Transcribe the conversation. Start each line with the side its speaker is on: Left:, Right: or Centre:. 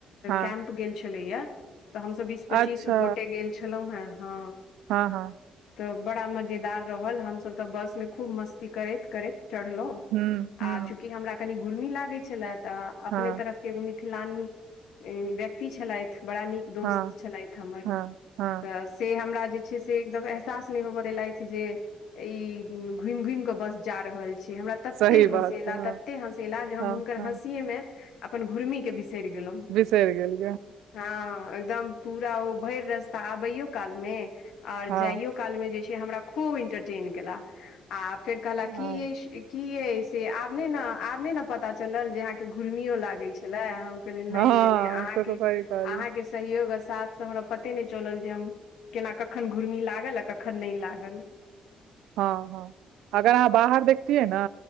Right: हाँ
Left: कैम्प गेल छेलै या तऽ हमसभ बीस पच्चीस
Right: अच्छा
Left: गोटे गेल छलौ हें ह
Right: हाॅं हाॅं
Left: तऽ बड़ा मजेदार रहल हम सब तऽ बस में खूब मस्ती करैत -करैत चढ़लौ
Right: हूँ हुॅं
Left: चूँकि हमरा कनि गोर्मी लागै छेला तऽ अपने
Right: हाँ
Left: तरफ के एगो मिथिलानी व्यक्ति छेलैथ बड़ा नीक दोस्त
Right: हाँ
Left: छेलैथ हमर
Right: हाँ हाँ
Left: तऽ से हमरा जे छै से एकदम एहसास नै होबदेलैथ जे ई घुइम घुइम कऽ बस जा रहल छै हमरा तत्ते
Right: सही
Left: हँसेला
Right: बात छौ हाँ
Left: तत्ते हँसेला जे हम
Right: हाँ
Left: हुनकर
Right: हाँ
Left: हँसिये में अपन घुर्मी के बिसैर गेलों
Right: बिसेर गेल
Left: हँ एकदम पूरा ओ भैर रस्ता आबैयो काल मे आर
Right: हाँ
Left: जाइयो काल मे जे छै हमरा खूब इंटरटेन केला आ फेर कहलक
Right: हाँ
Left: की मैं स की यै से आब नेै न आब नेै न पता चलल जे अहा घुरमियो लागै छेलाहम कहलियै
Right: हाँ
Left: नै -नै नै आँहा
Right: से तऽ
Left: के
Right: सही
Left: -आँहा
Right: कहलियै
Left: के सहयोग आ साथ से हमरा पते नै चलल जे हम केना कखन घुर्मी लागल आ कखन नै लागल
Right: ह ह अगर अहाँ बाहर देखतियै ने